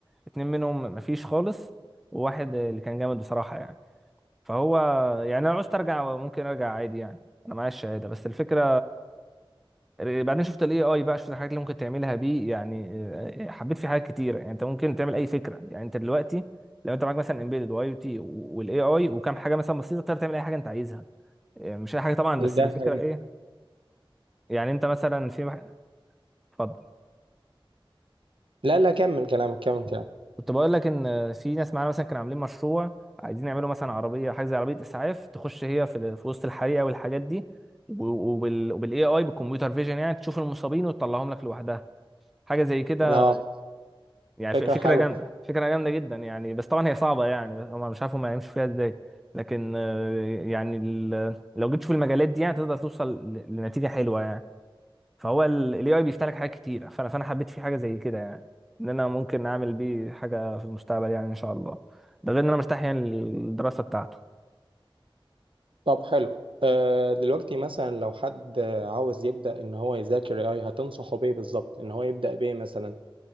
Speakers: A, in the centre; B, on the right (about 65°).
A: اتنين منهم مفيش خالص وواحد اللي كان جامد بصراحه يعني فهو يعني انا لو عوزت ارجع ممكن ارجع عادي يعني انا معايا الشهاده بس الفكره بعدين شفت الاي اي بقى شفت الحاجات اللي ممكن تعملها بيه يعني آه، آه، حبيت فيه حاجات كتيره يعني انت ممكن تعمل اي فكره يعني انت دلوقتي لو انت معاك مثلا امبيدد واي او تي والاي اي وكام حاجه مثلا بسيطه تقدر تعمل اي حاجه انت عايزها آه، مش اي حاجه طبعا
B: إيه
A: بس
B: ده
A: الفكره
B: حقيقي
A: ايه يعني انت مثلا في مح... اتفضل
B: لا لا كمل كلامك كمل كلامك
A: كنت بقول لك ان في ناس معانا مثلا كانوا عاملين مشروع عايزين يعملوا مثلا عربيه حاجه زي عربيه اسعاف تخش هي في, ال- في وسط الحريقه والحاجات دي و- وبال وبالاي اي بالكمبيوتر فيجن يعني تشوف المصابين وتطلعهم لك لوحدها حاجه زي كده
B: اه
A: يعني
B: فكرة
A: ف- فكره
B: حلوة
A: جامده فكره جامده جدا يعني بس طبعا هي صعبه يعني هم مش عارف هم هيمشوا فيها ازاي لكن آه، يعني ال- لو جيت في المجالات دي يعني تقدر توصل ل- لنتيجه حلوه يعني فهو الاي اي بيفتح لك حاجات كتيره فانا فانا حبيت فيه حاجه زي كده يعني ان انا ممكن اعمل بيه حاجه في المستقبل يعني ان شاء الله ده غير ان انا مرتاح يعني للدراسه بتاعته
B: طب حلو آه، دلوقتي مثلا لو حد آه، عاوز يبدأ ان هو يذاكر اي هتنصحه بيه بالظبط ان هو يبدأ بيه مثلا